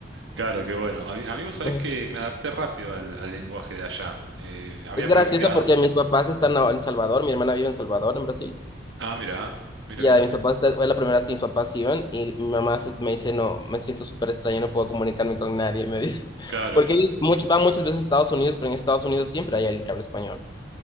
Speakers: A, on the right; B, on the left.
A: Claro, qué bueno. A mí, amigo, sabés
B: mí.
A: que me adapté rápido al, al lenguaje de allá. Eh, había
B: Es gracioso
A: practicado.
B: porque mis papás están ahora en Salvador, mi hermana vive en Salvador, en Brasil.
A: Ah, mira, mira,
B: Y
A: mira.
B: a mis papás esta- fue la primera vez que mis papás iban y mi mamá se- me dice, no, me siento súper extraña, no puedo comunicarme con nadie, me dice. <laughs>
A: Claro.
B: Porque ellos much- van muchas veces a Estados Unidos, pero en Estados Unidos siempre hay alguien que habla español.